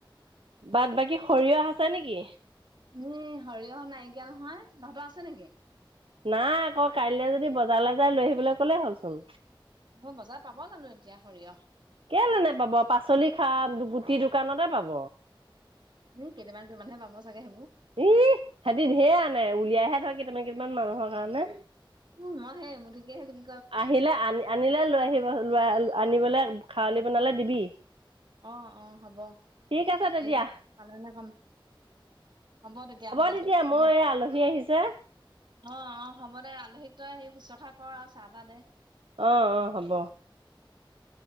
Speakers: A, on the right; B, on the right.
A: বাট বাকী সৰিয়হ আছে নেকি?
B: ই সৰিয়হৰ নাইকিয়া নহয়, তাহঁতৰ আছে নেকি?
A: নাই আকৌ, কাইলৈ যদি বজাৰলৈ যাই লৈ আহিবলৈ ক'লেই হ'লচোন।
B: মই বজাৰত পাব জানো এতিয়া সৰিয়হ?
A: কেলে নাপাব! পাচলি খাক গুটি দোকানতে পাব।
B: উম, কেইটামান কেইটামান পাব ছাগে সেইবোৰ।
A: ই সেহিতি ঢেৰ আনে, উলিয়াইহে থয় কেইটামান কেইটামান মানুহৰ কাৰণে।
B: উম, মই হেই এমুঠি কেই বাকি
A: আহিলে আনিলে লৈ আহিব ল আনিবলৈ খাৱলি বনালে দিবি।
B: অ'অ', হ'ব
A: ঠিক আছে তেতিয়া
B: এই পালনে কাম। হ'ব তেতিয়াহ'লে
A: তেতিয়া মই
B: দে।
A: এই আলহী আহিছে
B: অ', অ', হ'ব দে আলহীক তই স শুশ্ৰুষা কৰ আৰু চাহ তাহ দে।
A: অ', অ', হ'ব।